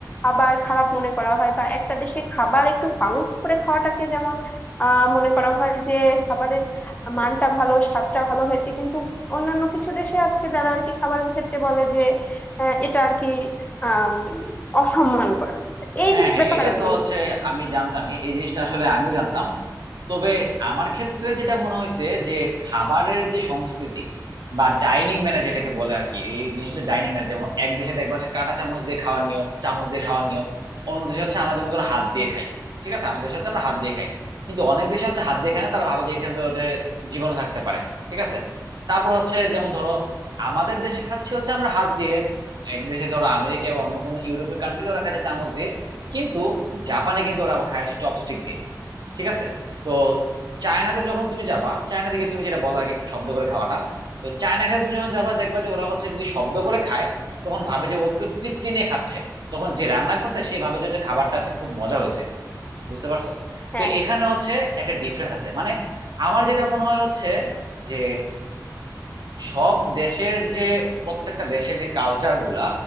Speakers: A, on the left; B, on the right.
A: আবার খারাপ মনে করা হয় বা একটা দেশে খাবার একটু সাউন্ড করে খাওয়াটাকে যেমন আহ মনে করা হয় যে খাবারের মানটা ভালো স্বাদটা ভালো হয়েছে কিন্তু অন্যান্য কিছু দেশে আছে যারা আর কি খাবারের ক্ষেত্রে বলে যে আহ, এটা আর কি আহ অসম্মান করা তো এই
B: হ্যাঁ
A: বিষ-
B: হ্যাঁ
A: ব্যাপারে
B: এটা তো
A: তুমি
B: হচ্ছে
A: কি বলছো
B: আমি জানতামই এই জিনিসটা আসলে আমিও জানতাম তবে আমার ক্ষেত্রে যেটা মনে হয়েছে যে খাবারের যে সংস্কৃতি বা ডাইনিং ম্যানার যেটাকে বলে আর কি এই জিনিস হচ্ছে ডাইনিং ম্যানার যেমন এক দেশে দেখবা হচ্ছে কাঁটা চামচ দিয়ে খাওয়ার নিয়ম চামচ দিয়ে খাওয়ার নিয়ম অন্য দেশে হচ্ছে আমাদের মতো হাত দিয়ে খাই ঠিক আছে আমাদের দেশে হচ্ছে আমরা হাত দিয়ে খাই কিন্তু অনেক দেশে হচ্ছে হাত দিয়ে
A: হ্যাঁ
B: খায় না তারা ভাবে যে এখানে তো ওঠে জীবাণু থাকতে পারে ঠিক আছে তারপর হচ্ছে যেমন ধরো
A: হ্যাঁ
B: আমাদের দেশে খাচ্ছি হচ্ছে আমরা হাত দিয়ে এক দেশে ধরো আমেরিকা বা অন্য কোনো ইউরোপের কান্ট্রি ওরা খাচ্ছে চামচ দিয়ে কিন্তু জাপানে কিন্তু ওরা আবার খায় হচ্ছে চপস্টিক দিয়ে ঠিক আছে তো চায়নাতে যখন তুমি যাবা চায়না থেকে তুমি যেটা বলো আগে শব্দ করে খাওয়াটা তো চায়না খেয়ে তুমি যখন যাবা দেখবা যে ওরা হচ্ছে যদি শব্দ করে খায় তখন ভাবে যে ও একটু তৃপ্তি নিয়ে খাচ্ছে তখন যে রান্না করছে সে ভাবে যে হচ্ছে খাবারটা খুব মজা হয়েছে বুঝতে পারছো
A: হ্যাঁ
B: তো এখানে
A: হ্যাঁ
B: হচ্ছে একটা ডিফারেন্স আছে মানে আমার যেটা মনে হয় হচ্ছে যে সব দেশের যে প্রত্যেকটা দেশের যে কালচার গুলা